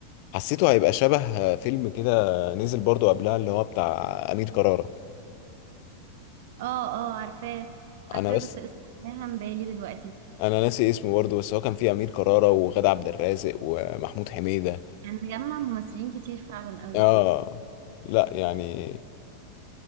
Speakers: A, on the left; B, on the right.
A: حسيته هيبقى شبه فيلم كده نزل برضو قبلها اللي هو بتاع امير كرارة
B: اه اه عارفاه عارفاه
A: انا بس
B: بس اسمه رايح عن بالي دلوقتي
A: انا ناسي اسمه برضو بس هو كان فيه امير كرارة وغادة عبد الرازق ومحمود حميدة
B: كان مجمع ممثلين كتير فعلا قوي
A: اه لا يعني